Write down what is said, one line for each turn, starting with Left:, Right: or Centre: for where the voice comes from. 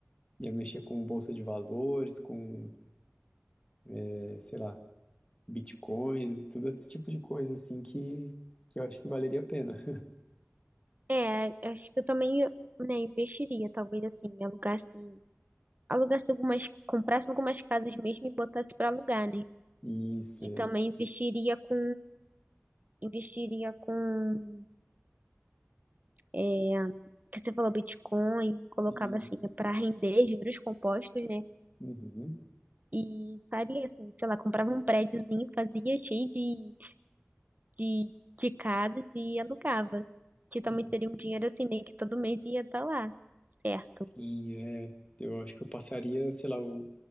Left: Ia mexer com bolsa de valores, com, eh, sei lá, bitcoins, tudo esse tipo de coisa assim que, que eu acho que valeria a pena.
Right: é, acho que eu também, né, investiria, talvez assim, alugasse, alugasse algumas, comprasse algumas casas mesmo e botasse pra alugar, né?
Left: Isso,
Right: E
Left: é,
Right: também investiria com, investiria com, é, que você falou Bitcoin, colocava
Left: isso.
Right: assim para render juros compostos, né?
Left: Uhum,
Right: E faria assim, sei lá, comprava um prédiozinho, fazia cheio de, de, de casas e alugava. Que também
Left: isso.
Right: seria um dinheiro assim, né? Que todo mês ia estar lá, certo?
Left: Sim, é. Eu acho que eu passaria, sei lá, o-